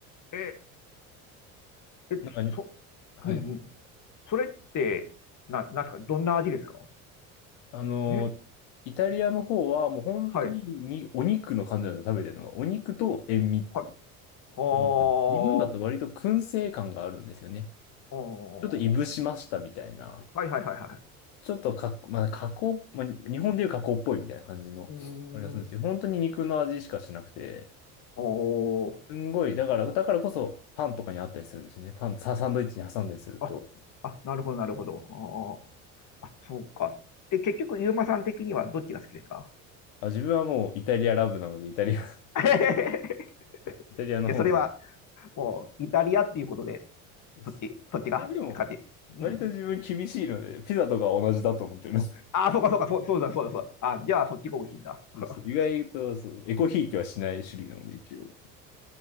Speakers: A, on the left; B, on the left.
A: い。ええ、
B: なん
A: そ、
B: か、はい。
A: うんうん。それって、な、なんですかどんな味ですか
B: あの、
A: え、
B: イタリアの方はもう本当ににお肉の感じなんですよね、
A: はい。
B: 食べてるのが。お肉と塩味っていう。
A: はい。はあ。
B: なので日本だと割と燻製感があるんですよね。
A: うん
B: ちょっといぶしましたみたいな。
A: はいはいはいはい。
B: ちょっとか、まあ、加工、まあ、日本でいう加工っぽいみたいな感じの、
A: うーん。
B: あれがするんですけど、本当に肉の味しかしなくて、
A: おー。
B: すんごい、だから、だからこそパンとかにあったりするんですよね。パン、ササンドイッチに挟んだりすると。
A: あ、あ、なるほどなるほど。あー、あ、そうか。で、結局、ユーマさん的にはどっちが好きですか
B: あ、自分はもうイタリアラブなので、イタリア、
A: <laughs>
B: <laughs> イタリアの方なん
A: いや、それは、もう、イタリアっていうことで、
B: です
A: そっち、そっちが勝ち。
B: あ、でも、
A: うん。
B: 割と自分厳しいので、ピザとかは同じだと思ってるんです。
A: ああ、そうかそうか、そう、そうだそうだそうだ。あ、じゃあ、そっちが美味しいんだ。
B: <laughs>
A: <laughs>
B: そうそう意外と、そう、エコひいきはしない種類なので、
A: うん
B: 一応。